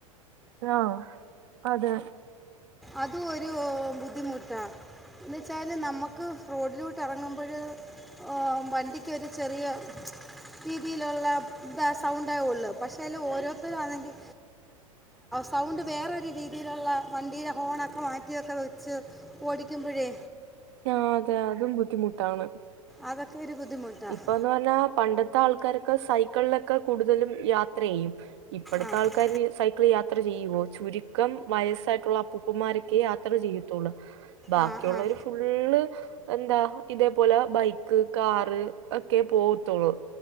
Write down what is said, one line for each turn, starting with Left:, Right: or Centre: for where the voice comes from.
Right: ആഹ് അതെ
Centre: അത് ഒരു ബുദ്ധിമുട്ടാ എന്ന് വച്ചാല് നമ്മക്ക് റോഡിലൂട്ട് എറങ്ങുമ്പഴ ഔഹ് വണ്ടിക്കൊരു ചെറിയ രീതിയിലൊള്ള ത സൗണ്ടെ ഒള്ളു. പക്ഷേ ഇല് ഓരോര്ത്തരാണെങ്കി സൗണ്ട് വേറെരു രീതിയിലുള്ള വണ്ടീ ഫോണൊക്കെ മാറ്റിയൊക്കെ വെച്ച് ഓടിക്കുമ്പഴേ
Right: ആഹ് അതെ അതും ബുദ്ധിമുട്ടാണ്
Centre: അതൊക്കെ ഒരു ബുദ്ധിമുട്ടാണ്
Right: ഇപ്പൊന്ന് പറഞ്ഞാ പണ്ടത്തെ ആൾക്കാരൊക്കെ സൈക്കള്ലൊക്കെ കൂടുതലും യാത്ര ചെയ്യും. ഇപ്പഴത്തെ
Centre: ആ
Right: ആൾക്കാർ സ യാത്ര ചെയ്യുവോ ചുരുക്കം വയസ്സായിട്ടുള്ള അപ്പൂപ്പന്മാരൊക്കെ യാത്ര ചെയ്യെത്തുള്ളു ബാക്കിയുള്ളവർ
Centre: ആ ആ
Right: ഫുള്ള് എന്താ ഇതേപോലെ ബൈക്ക് കാറ് ഒക്കെ പോവത്തുള്ളു